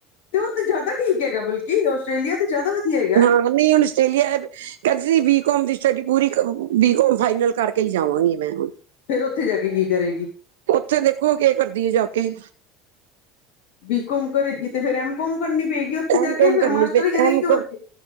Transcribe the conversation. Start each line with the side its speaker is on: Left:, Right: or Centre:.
Left: ਤੇ ਉਹ ਤੇ ਜਾਦਾ ਠੀਕ ਹੈਗਾ, ਬਲਕਿ ਆਸਟ੍ਰੇਲੀਆ ਤੇ ਜਾਦਾ ਵਧੀਆ ਹੈਗੈ।
Right: ਹਾਂ ਨਹੀਂ ਹੁਣ ਆਸਟ੍ਰੇਲੀਆ ਕਹਿੰਦੀ ਸੀ ਬੀ- ਕੋਮ ਦੀ ਸਟੱਡੀ ਪੂਰੀ, ਕ ਬੀ ਕੋਮ ਫਾਈਨਲ ਕਰਕੇ ਹੀ ਜਾਵਾਂਗੀ ਮੈਂ, ਹੁਣ।
Left: ਫੇਰ, ਉੱਥੇ ਜਾਕੇ ਕੀ ਕਰੇਗੀ?
Right: ਉੱਥੇ, ਦੇਖੋ ਕੇ ਕਰਦੀ ਏ ਜਾਕੇ।
Left: ਬੀ -ਕੋਮ ਕਰੇਗੀ, ਤੇ ਫੇਰ ਐਮ -ਕੋਮ ਕਰਨੀ ਪਏਗੀ ਉੱਥੇ ਜਾ
Right: ਐਮ
Left: ਕੇ,
Right: ਕੋਮ
Left: ਫੇਰ
Right: ਕਰਨੀ
Left: ਮਾਸਟਰ
Right: ਪਏ
Left: ਈ ਕਰੇਗੀ‌,
Right: ਐਮ
Left: ਹੋਰ
Right: ਕੋ
Left: ਕਿ